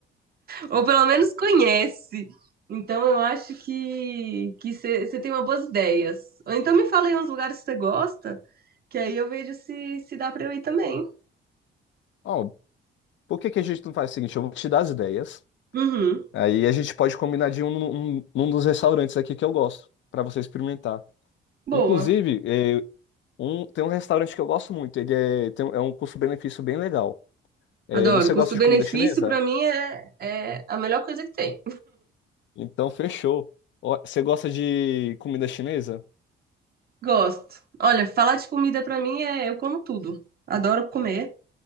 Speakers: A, on the right (about 50°); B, on the left (about 70°).
A: Ou pelo menos conhece. Então eu acho que que você tem uma boas ideias. Ou então me fala aí uns lugares que você gosta, que aí eu vejo se, se dá pra eu ir também.
B: Ó, por que que a gente não faz o seguinte? Eu vou te dar as ideias,
A: Uhum.
B: aí a gente pode combinar de um num num dos restaurantes aqui que eu gosto, pra você experimentar.
A: Boa.
B: Inclusive, é, um, tem um restaurante que eu gosto muito, ele é, tem, um- é um custo-benefício bem legal. É,
A: Adoro.
B: você
A: Custo-benefício
B: gosta de comida chinesa?
A: pra mim é, é a melhor coisa que tem.
B: Então, fechou. Ó, Você gosta de comida chinesa?
A: Gosto. Olha, falar de comida pra mim é eu como tudo. Adoro comer